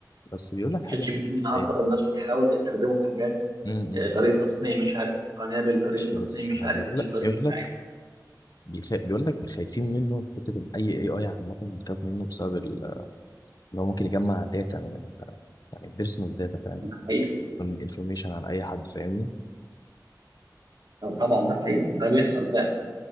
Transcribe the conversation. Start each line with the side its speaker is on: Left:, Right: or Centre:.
Left: بس بيقول لك
Right: شات
Left: حاجه
Right: جي بي تي النهارده
Left: طيب
Right: الناس بتحاول تستخدمه في حاجات
Left: امم
Right: آه، طريقه تصنيع مش عارف قنابل طريقه
Left: ماشي
Right: تصنيع
Left: بس
Right: مش
Left: أنا
Right: عارف
Left: بيقول
Right: ايه
Left: لك
Right: طريقه
Left: بيقول
Right: بتاع
Left: لك
Right: إيه.
Left: بيخ... بيقول لك خايفين منه في حته ان اي اي اي عامه بنخاف منه بسبب ال- ان هو ممكن يجمع داتا من ال... يعني بيرسونال داتا فاهم
Right: ده حقيقي
Left: انفورميشن عن اي حد فاهمني
Right: طبعا ده حقيقي ده بيحصل فعلا